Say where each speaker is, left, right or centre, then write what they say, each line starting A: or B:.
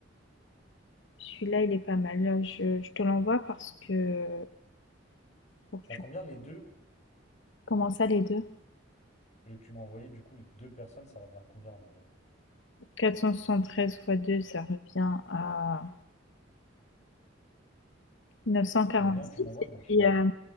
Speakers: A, on the left; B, on the left.
A: Celui-là, il est pas mal. Là, Je, je te l'envoie parce que... Pour que
B: C'est
A: tu...
B: à combien les deux?
A: Comment ça, les deux?
B: Celui que tu m'as envoyé, du coup, les deux personnes, ça revient à combien en euros?
A: 473 fois 2, ça revient à neuf cent quarante-six.
B: Les liens que tu m'envoies,
A: Et
B: ils marchent
A: puis,
B: pas.
A: euh,